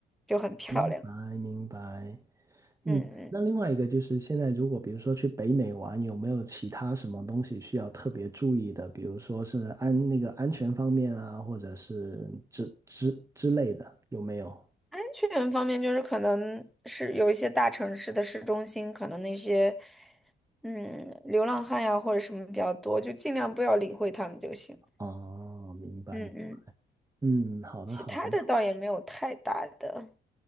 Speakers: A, in the centre; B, on the right.
A: 就很漂亮。
B: 明白明白。
A: 嗯嗯。
B: 嗯，那另外一个就是现在如果比如说去北美玩，有没有其他什么东西需要特别注意的？比如说是安那个安全方面啊，或者是之之之类的，有没有？
A: 安全方面，就是可能是有一些大城市的市中心，可能那些嗯流浪汉呀或者什么比较多，就尽量不要理会他们就行。
B: 哦，明白。
A: 嗯嗯，
B: 嗯，好的好的，
A: 其他的倒也没有太大的。